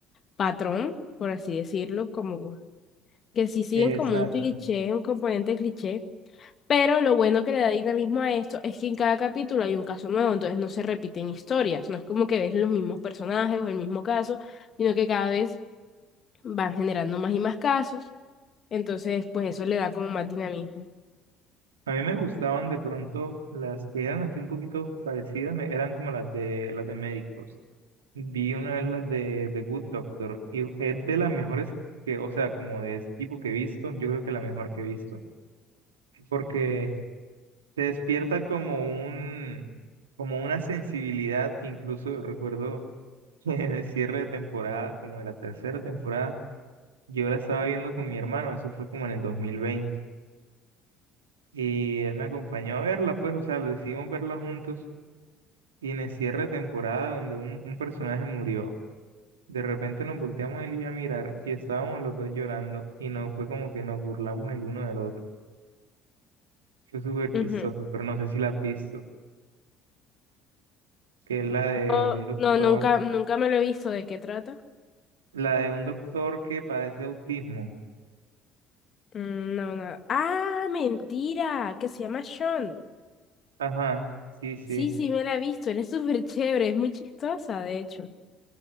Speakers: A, on the left; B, on the right.
A: patrón, por así decirlo, como que sí siguen
B: exacto.
A: como un cliché, un componente cliché. Pero lo bueno que le da dinamismo a esto es que en cada capítulo hay un caso nuevo, entonces no se repiten historias, no es como que ves los mismos personajes o el mismo caso, sino que cada vez van generando más y más casos, entonces pues eso le da como más dinamismo.
B: A mí me gustaban de pronto las que eran así un poquito parecidas, me- eran como las de las de médicos. Vi una vez las de The Good Doctor y es de las mejores que, o sea, como de ese tipo que he visto, yo creo que la mejor que he visto, porque te despierta como un como una sensibilidad que incluso recuerdo <laughs> que en el cierre de temporada, como de la tercera temporada, yo la estaba viendo con mi hermano, eso fue como en el 2020 y él me acompañó a verla, pues, o sea, lo decidimos verla juntos Y en el cierre de temporada donde un, un personaje murió, de repente nos volteamos él y yo a mirar y estábamos los dos llorando y no fue como que nos burlamos el uno del otro. Fue súper chistoso,
A: Ujú.
B: pero no sé si la has visto, que es la de
A: No,
B: un doctor,
A: no, nunca, nunca me lo he visto, ¿de qué trata?
B: la de un doctor que padece autismo.
A: Mm, No, nada. Ah, mentira, que se llama Sean.
B: Ajá, sí, sí.
A: Sí, sí, me la he visto, él es súper chévere, es muy chistosa, de hecho.